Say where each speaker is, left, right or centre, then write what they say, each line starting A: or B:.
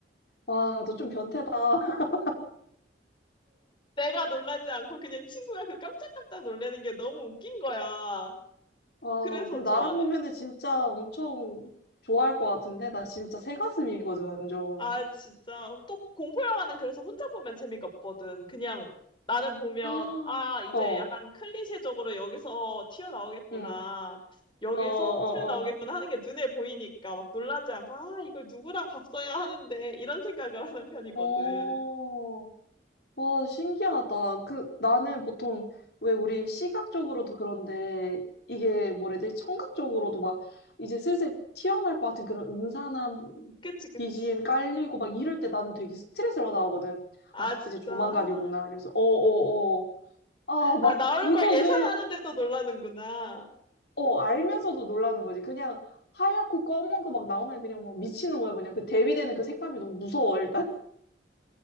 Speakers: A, on the left (about 60°); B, on the left (about 25°).
A: 와, 너 좀 변태다. <laughs>
B: 내가 놀라지 않고 그냥 친구가 그 깜짝깜짝 놀라는 게 너무 웃긴 거야.
A: 와,
B: 그래서
A: 그럼
B: 좋아해.
A: 나랑 보면은 진짜 엄청 좋아할 것 같은데? 나 진짜 새가슴이거든, 완전.
B: 아, 진짜. 또 공포 영화는 그래서 혼자 보면 재미가 없거든. 그냥 나는 보면,
A: <gasps> 아,
B: 아, 이제
A: 어,
B: 약간 클리셰적으로 여기서 튀어나오겠구나.
A: 응.
B: 여기서
A: 어, 어,
B: 튀어나오겠구나
A: 어.
B: 하는 게 눈에 보이니까 막 놀라지 않고, 아, 이걸 누구랑 봤어야 하는데, 이런 생각을 하는 편이거든.
A: 어, 와, 신기하다. 그, 나는 보통, 왜 우리 시각적으로도 그런데, 이게 뭐라 해야 되지? 청각적으로도 막, 이제 슬슬 튀어나올 것 같은 그런 음산한
B: 그치, 그치.
A: BGM 깔리고 막 이럴 때 나는 되게 스트레스를 받아하거든.
B: 아,
A: 아,
B: 진짜.
A: 이제 조만간이구나. 이래서, 어, 어, 어. 아, 막,
B: 아, 나올
A: 이걸
B: 걸 예상하는데도
A: 왜,
B: 놀라는구나.
A: 어, 알면서도 놀라는 거지. 그냥 하얗고 검은 거 막 나오면 그냥 막 미치는 거야. 그냥 그 대비되는 그 색감이 너무 무서워, 일단.